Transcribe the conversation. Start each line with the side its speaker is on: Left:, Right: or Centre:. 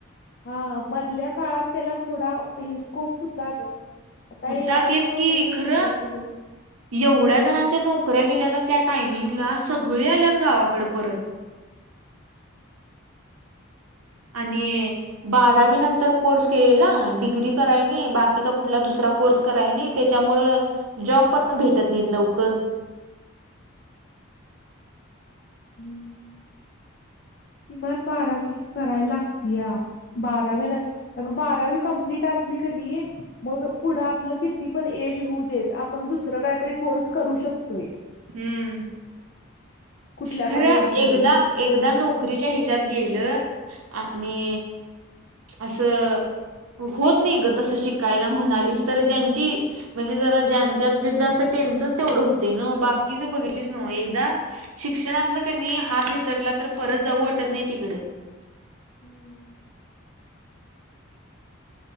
Left: हा मधल्या काळात त्याला थोडा हे स्कोप होता ग. आता
Right: होता
Left: ए आय
Right: तेच
Left: मुळं
Right: की
Left: भोग झालय
Right: खरं
Left: आहे सगळ.
Right: एवढ्या जणांच्या नोकऱ्या गेल्या तर त्या टायमिंगला सगळी आल्यात गावाकडे परत. आणि बारावी नंतर, कोर्स केलेला डिग्री कराय नाही. आणि बाकीचा कुठला दुसरा कोर्स कराय नाही. त्याच्यामुळ जॉब पण भेटत नाहीत लवकर.
Left: हम्म <inaudible> किमान बारावी करायला लागत्या. बारावी नंत म बारावी कंप्लीट असली की नाही. मग पुढ आपलं किती पण एज होऊ देत आपण दुसरं काहीतरी कोर्स करू शकतोय.
Right: हम्म
Left: कुठल्या
Right: खरं
Left: पण एज मध्ये
Right: एकदा, एकदा नोकरीच्या हेज्यात गेलं आणि असं होतं नाहीं गं तस शिकांयला म्हणांलीस तरं ज्यांची. म्हणजे जरां ज्यांच्यात जिद्दं असे त्यांचच तेवढं होते नं बाकीच बघितलीच नवं एकदाचं. शिक्षणांतन कनी हात निसटलां तरं परंत जाऊं वाटतं नाहीं तिकडं.
Left: हम्म.